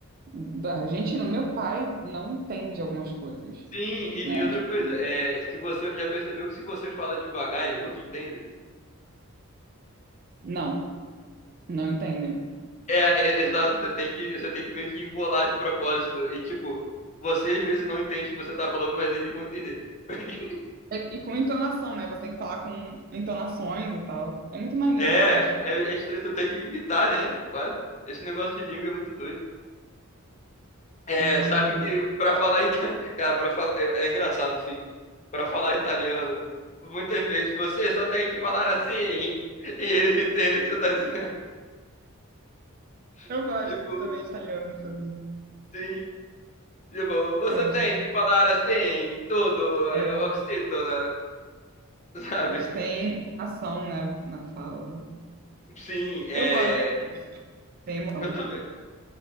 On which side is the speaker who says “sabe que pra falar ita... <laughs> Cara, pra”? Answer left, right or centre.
Left